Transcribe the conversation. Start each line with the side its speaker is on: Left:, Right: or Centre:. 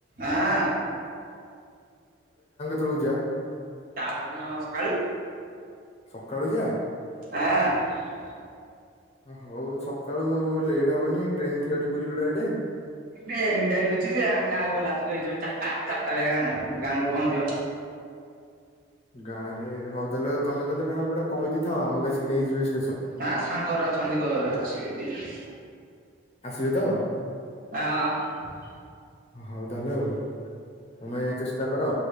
Right: ଆଁ।
Left: ବେଳୁ ଜିଆ।
Right: ତା ପରଦିନ ସକାଳୁ।
Left: ସକାଳୁ ଯିବା
Right: ହଁ।
Left: ହଉ ସକାଳୁ ଲେଟ୍ ହବନି ଟ୍ରେନ ଥିବ ପୁରୀ ଠୁ ଡାଇରେକ୍ଟେ।
Right: ଏ ଏନି ଟାଉମ ଅଛି ଆମେ ଗାଁ କୁ ଗଲାସ ଏଇ ଯଉ ଚାରିଟା ଚାରିଟା ରେ ଗାଁ ଗାଁକୁ ପହଞ୍ଚିବ।
Left: ଗାଁ ରେ ହଉ ତାହେଲେ ତମେ ତାହେଲେ କାହାକୁ ଗୋଟେ କହିଦେଇଥାଅ ଆମକୁ ଆସିକି ନେଇଯିବେ ସେ
Right: ନା ସାଙ୍ଗଗରା ଅଛନ୍ତି ଆସିବେ ନେଇଯିବେ।
Left: ଆସିବେ ତ।
Right: ଆଁ ହଁ।
Left: ହଉ ତାହେଲେ ତମେ ଚେଷ୍ଟା କର